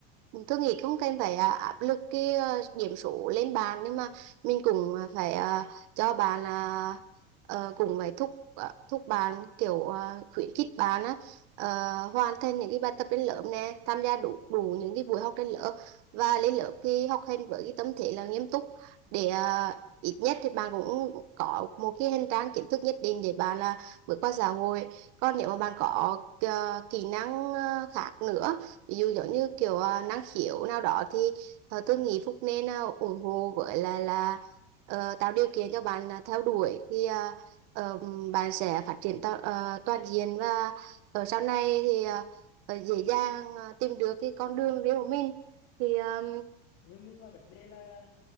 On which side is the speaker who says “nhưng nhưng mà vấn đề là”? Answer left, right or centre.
Left